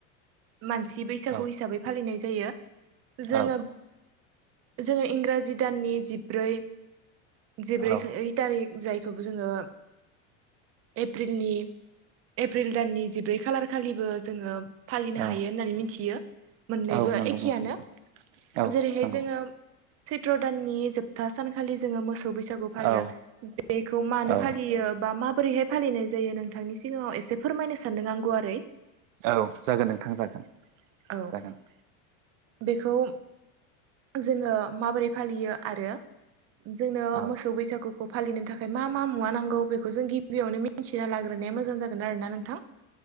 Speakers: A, on the right; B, on the right.
A: मानसि बैसागु
B: औ
A: हिसाबै फालिनाय जायो जोङो
B: औ
A: जोङो इंराज जि दाननि जिब्रै जिब्रै
B: औ
A: थारिख जायखौबो जोङो एफ्रिलनि एफ्रिल दाननि जिब्रै खालार खालिबो जोङो फालिनो
B: औ
A: हायो होननानै मिनथियो मोननैबो
B: औ नंगौ
A: एखेयानो
B: नोंथां औ
A: जेरैहाय
B: नंगौ
A: जोङो सैत्र' दाननि जोबथा सानखालि जोङो मोसौ बैसागु फालियो
B: औ
A: बेखौ मानो
B: औ
A: फालियो बा मा बोरैहाय फालिनाय जायो नोंथांनि सिगाङाव एसे फोरमायनो सानदों आं गुवारै
B: औ जागोन नोंथां जागोन
A: औ
B: जागोन
A: बेखौ जोङो माबोरै फालियो आरो जोंनो
B: औ
A: मोसौ बैसागुखौ फालिनो थाखाय मा मा मुवा नांगौ बेखौ जों गिबियावनो मिन्थिना लाग्रोनाया मोजां जागोन आरो ना नोंथां